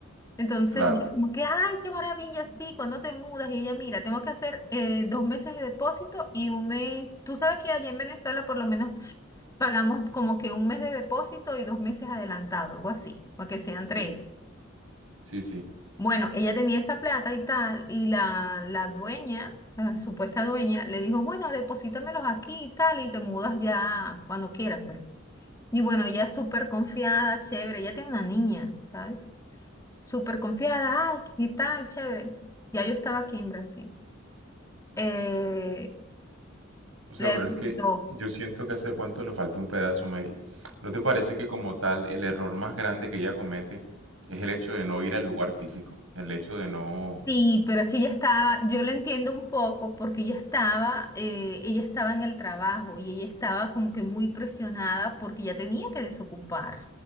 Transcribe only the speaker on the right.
Claro.
Sí, sí, sí.
O sea,
pero
es que yo siento que a ese cuento le falta un pedazo, Mary. ¿No te parece que como tal el error más grande que ella comete es el hecho de no ir al lugar físico? El hecho de no...